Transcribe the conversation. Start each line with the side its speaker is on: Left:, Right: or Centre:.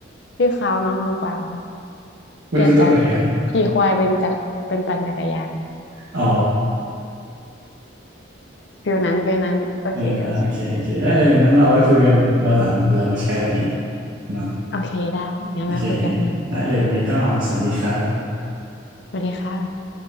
Left: พี่เขาน้องทองกวาวนะ
Right: <laughs>
Left: เปลี่ยนจาก
Right: มันคือตรงไหนอ่ะ
Left: ขี่ควายเป็นจากเป็นปั่นจักรยาน
Right: อ๋อ
Left: ฟิลนั้นฟิลนั้นโอเคโอเค
Right: <laughs> เอออ่าโอเคโอเคได้เลยงั้นเราเอาไว้คุยกันวันหลังเดี๋ยวเรามาแชร์กันอีกเนาะ
Left: โอเคได้งั้นไว้คุยกันนะ
Right: โอเคได้เลยวันนี้ก็สวัสดีครับ
Left: สวัสดีค่ะ